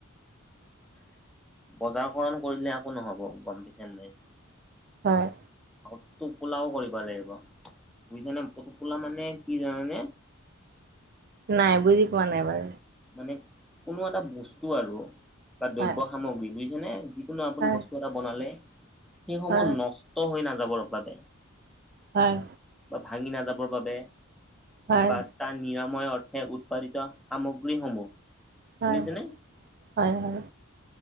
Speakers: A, in the centre; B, on the right.
A: বজাৰ কৰণ কৰিলে একো নহব গম পাইছে নে নাই।
B: হয়।
A: আকৌ টোপোলাও কৰিব লাগিব বুজিছা নে টোপোলা মানে কি জানানে
B: নাই বুজি পোৱা নাই এবাৰ।
A: মানে কোনো এটা বস্তু আৰু বা দ্ৰব্য
B: হয়
A: সামগ্ৰী বুজিছেনে যিকোনো আপুনি
B: হয়
A: বস্তু এ- টা বনালে সেইসমূহ
B: হয়
A: নষ্ট হৈ নাযাবৰ বাবে
B: হয়।
A: বা ভাঙি নাযাবৰ বাবে
B: হয়
A: পাৰ্ত তাৰ নিৰাময় অৰ্থে উৎপাদিত সামগ্ৰীসমূহ শুনিছেনে?
B: হয় হয় হয়